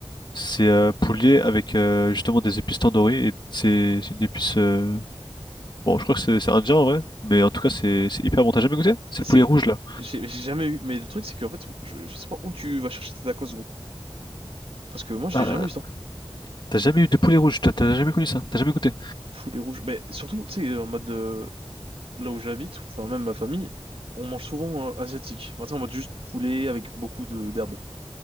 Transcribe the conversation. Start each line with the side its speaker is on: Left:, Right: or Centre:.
Left: C'est euh, poulier avec euh, justement des épices tandoori et c'est c'est une épice. euh, Bon, je crois que c'est c'est indien en vrai, mais en tout cas c'est c'est hyper bon. T'as jamais goûté? C'est le
Right: C'est,
Left: poulet rouge là.
Right: j'ai j'ai jamais eu, mais le truc, c'est qu'en fait, je, je sais pas où tu vas chercher tes tacos, gros. Parce que moi, j'ai
Left: Ah,
Right: jamais eu ça.
Left: t'as jamais eu de poulet rouge? T'as t'as jamais connu ça? T'as jamais goûté?
Right: Poulet rouge. Mais surtout, tu sais, en mode, euh, là où j'habite, ou enfin, même ma famille, on mange souvent euh, asiatique. Enfin, tu sais, en mode juste poulet avec beaucoup de d'herbes.